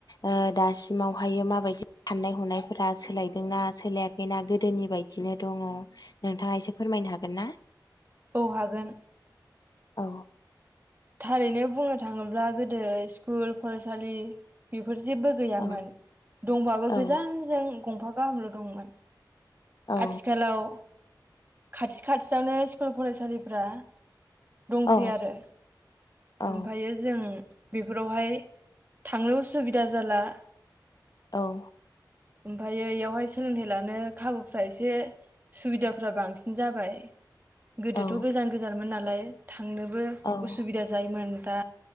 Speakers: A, on the left (about 65°); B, on the right (about 25°).
A: ओ दासिमावहाय ओ माबायदि साननाय हनायफोरा सोलाय दोंना सोलायाखैना गोदोनि बायदिनो दङ नोंथाङा एसे फोरमायनो हागोन ना?
B: औ हागोन।
A: औ
B: थारैनो बुंनो थाङोब्ला गोदो स्कुल फरायसालि बेफोर जेबबो गैयामोन
A: औ
B: दंबाबो
A: औ
B: गोजानजों गंफा गाहामल' दंमोन।
A: औ
B: आथिखालाव खाथि खाथियावनो स्कुल फरायसालिफ्रा दंसैआरो
A: औ औ
B: ओमफायो जों ओम बेफोरावहाय थांनो उसुबिदा जाला
A: औ
B: ओमफायो इयावहाय सोलोंथायाइ लानो खाबुफ्रा एसे सुबिदाफ्रा बांसिन जाबाय गोदोथ'
A: औ
B: गोजान गोजानमोन नालाय थांनोबो
A: औ
B: असुबिदा जायोमोन दा